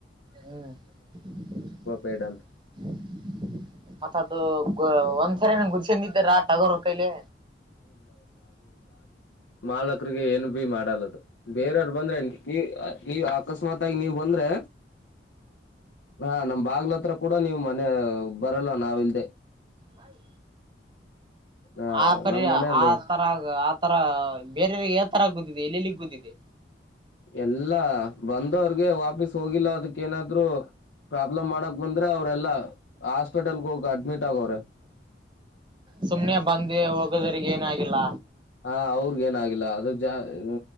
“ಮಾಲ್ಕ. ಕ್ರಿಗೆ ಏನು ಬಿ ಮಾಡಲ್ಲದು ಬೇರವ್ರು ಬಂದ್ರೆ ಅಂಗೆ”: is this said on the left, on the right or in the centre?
Left